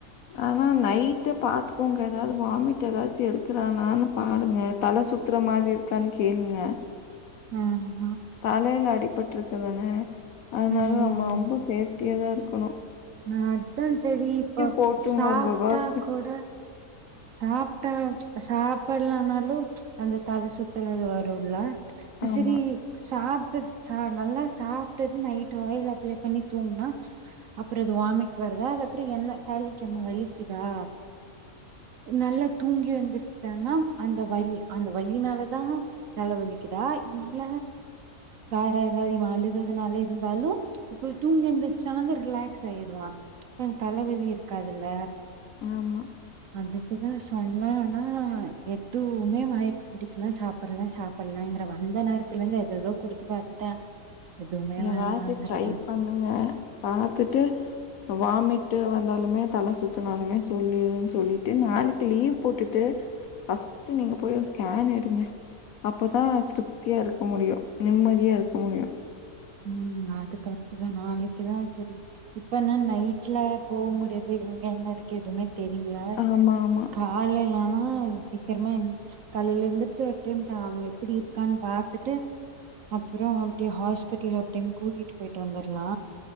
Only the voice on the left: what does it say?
ஆனா நைட்டு பாத்துக்கோங்க. ஏதாவது வாமிட் ஏதாச்சு எடுக்கிறானான்னு பாருங்க தல சுத்துற மாதிர் இருக்கான்னு கேளுங்க.
தலையில அடிபட்டுருக்குதானே? அதனால
நம்ம ரொம்ப சேஃப்டியா தா இரு குனு
போட்டுருங்க
உங்க வொர்க்கு.
ஆமா,
ஆமா.
ஏதாச்சு
ட்ரை
பண்ணுங்க பாத்துட்டு வாமிட் ட்டு வந்தாலுமே தல சுத்தினாலுமே சொல்லிருனு சொல்லிட்டு நாளைக்கு லீவ் போட்டுட்டு பஸ்ட் நீங்க போய் ஒரு ஸ்கேன் எடுங்க அப்பதா திருப்தியா இருக்க முடியு நிம்மதியா இருக்க முடியு.
ஆமா, ஆமா.